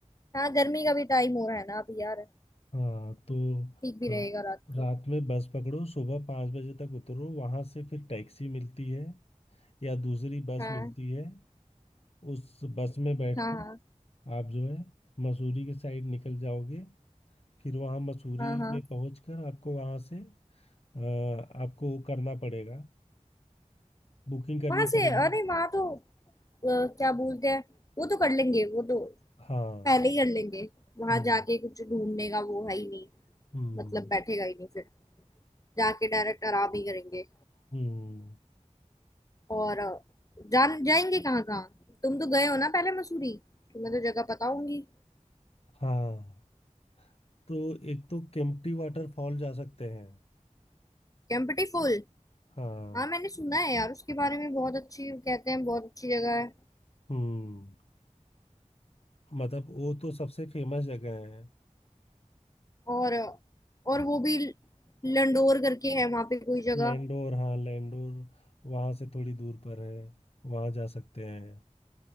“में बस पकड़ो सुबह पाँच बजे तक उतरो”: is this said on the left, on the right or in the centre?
Left